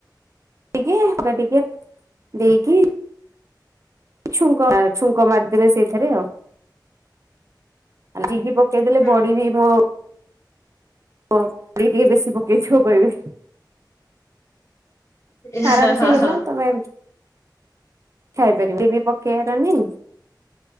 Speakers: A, on the right (about 40°); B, on the left (about 40°).
A: ଟିକେ <inaudible> ଦେଇକି ଛୁଙ୍କ, ଛୁଙ୍କ ମାରିଦେବେ ସେଇଥିରେ ଆଉ, କେତେବେଲେ
B: ହୁଁ
A: ବଢ଼ି ବି ମୁ ହ <inaudible> ଟିକେ ବେଶୀ ପକେଇଦେବ କହିବେ
B: ଏ
A: ଆରାମ
B: ହଁ ହଁ
A: ସେ ହେଲା
B: ହା ହା
A: ତମେ ଖାଇପାରିବ ଏବେ ପକେଇବାର ନି